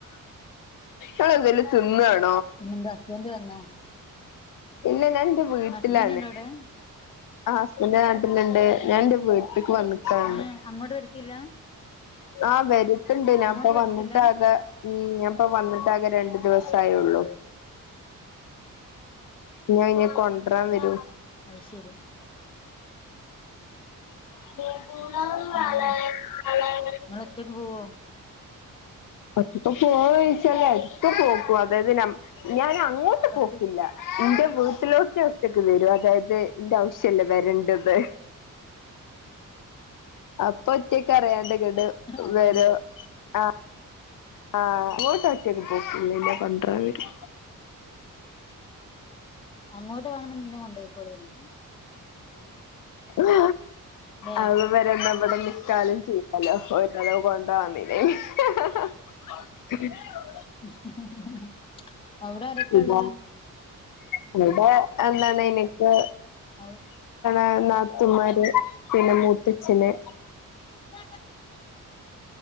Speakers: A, on the left; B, on the left.
A: ങ്ങളെന്തേലും തിന്നാണോ
B: പിന്നെന്താ ഹസ്ബൻറ് വന്നോ.
A: ഇല്ല ഞാൻ ന്റെ വീട്ടിലാണ്.
B: ഹസ്ബൻഡ് ഉണ്ടോ അവിടെ
A: ആ ഹസ്ബന്റ് നാട്ടിൽ ണ്ട് ഞാൻ ന്റെ വീ ട്ട്ക്ക് വന്ന്ക്ക ഇന്ന്
B: ഏഹ് അങ്ങോട്ട് വരത്തില്ല
A: ആ വെര് ട്ട്ണ്ട് ഞാൻ
B: അങ്ങോട്ട്
A: പ്പൊ
B: വരത്തില്ല
A: വന്നിട്ടാകെ ഉം ഞാപ്പൊ വന്നിട്ടാകെ രണ്ടു ദിവസായുള്ളു. ഞ ഇനി കൊണ്ടരാൻ വരൂ
B: ഏഹ് അത് ശരി
A: <inaudible>
B: ഏഹ് ഇങ്ങള് ഒറ്റക്ക് പോവോ
A: പ്പം ഫോണ് ഒയ്ച്ചാല് ഒറ്റ പോക്കു പോകും അതായത് നമ്മ ഞാൻ അങ്ങോട്ട് പോക്കില്ല
B: ഒറ്റ
A: ഇന്റെ വീട്ടിലോക്കെ റ്റക് വരും അതായത് ന്റെ ആവശ്യല്ലേ വെരണ്ടത്. അപ്പൊ ഒറ്റക്ക്‌ അറിയാണ്ട് ങ്ങട്ട്
B: അതുകൊണ്ട്
A: വെരും ആ ആഹ ഇങ്ങോട്ട്റ്റക് പോക്കില്ല ഇല്ല കൊണ്ടൊരാൻ വെരും
B: അങ്ങോട്ട് വേണംന്ന് ന്നെ കൊണ്ടയിക്കോളി ന്ന്
A: ആ
B: ല്ലേ
A: അത് വരെന്നാ വടെ നിക്കാനും ചെ <unintelligible>
B: <inaudible> ആരൊക്കെ
A: ഇത
B: ഉള്ളത്
A: <unintelligible> ഇന് ക്ക്
B: ഔ
A: ആ നാത്തൂമാര് പിന്നെ മൂത്തച്ഛന്
B: <inaudible>